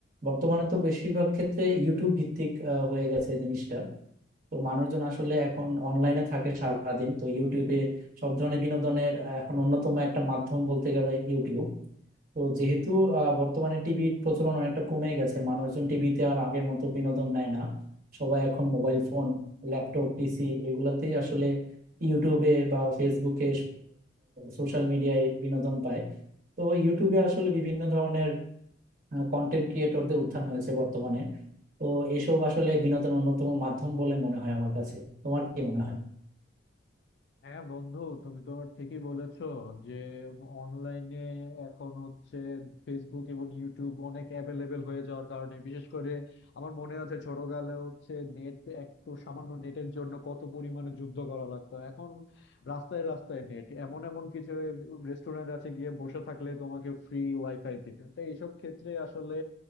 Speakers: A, on the right; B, on the left.
A: বর্তমানে তো বেশিরভাগ ক্ষেত্রে ইউটিউব ভিত্তিক আহ, হয়ে গেছে জিনিসটা তো মানুষজন আসলে এখন অনলাইনে থাকে সারাদিন তো ইউটিউবে সব ধরনের বিনোদনের আহ, এখন অন্যতম একটা মাধ্যম বলতে গেলে ইউটিউব তো যেহেতু আহ, বর্তমানে টিভির প্রচলন অনেকটা কমে গেছে মানুষজন টিভিতে আর আগের মতো বিনোদন নেয় না সবাই এখন মোবাইল ফোন ল্যাপটপ পিসি এগুলাতেই আসলে ইউটিউবে বা ফেসবুকে সোশ্যাল মিডিয়ায় বিনোদন পায় তো ইউটিউবে আসলে বিভিন্ন ধরনের কন্টেন্ট ক্রিয়েটরদের উত্থান হয়েছে বর্তমানে তো এসব আসলে বিনোদনের অন্যতম মাধ্যম বলে মনে হয় আমার কাছে তোমার কি মনে হয়
B: হ্যাঁ বন্ধু তুমি তো ঠিকই বলেছো যে অনলাইনে এখন হচ্ছে ফেসবুক এবং ইউটিউব অনেক অ্যাভেলেবেল হয়ে যাওয়ার কারণে বিশেষ করে আমার মনে আছে ছোটকালে হচ্ছে নেট একটু সামান্য নেটের জন্য কত পরিমাণে যুদ্ধ করা লাগতো এখন রাস্তায় রাস্তায় নেট এমন এমন কিছু রেস্টুরেন্ট আছে গিয়ে বসে থাকলে তোমাকে ফ্রি ওয়াইফাই দিতে তো এইসব ক্ষেত্রে আসলে